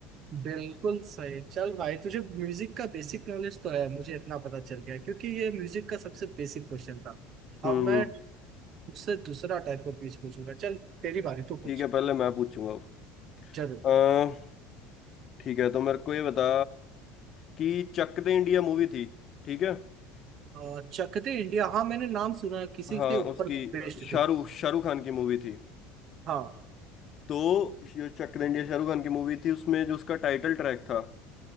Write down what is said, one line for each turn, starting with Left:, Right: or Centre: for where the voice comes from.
Right: बिल्कुल सही चल भाई तुझे म्यूजिक का बेसिक नॉलेज तो है मुझे इतना पता चल गया क्योंकि ये म्यूजिक का सबसे बेसिक क्वेश्चन था
Left: हम्म
Right: अब मैं उससे दूसरा टाइप का क्वेश्चन पूछूंगा चल तेरी बारी तू
Left: ठीक
Right: पूछ
Left: है पहले मैं पूछूंगा
Right: जरूर
Left: अह ठीक है तो मेरे को ये बता कि चक दे इंडिया मूवी थी ठीक है
Right: अ, चक दे इंडिया हाँ मैंने नाम सुना है, किसी
Left: हाँ
Right: के ऊपर
Left: उसकी अ,
Right: बेस्ड
Left: शाहरुख
Right: थे
Left: शाहरुख खान की मूवी थी
Right: हाँ
Left: तो ये चक दे इंडिया शाहरुख खान की मूवी थी उसमें जो उसका टाइटल ट्रैक था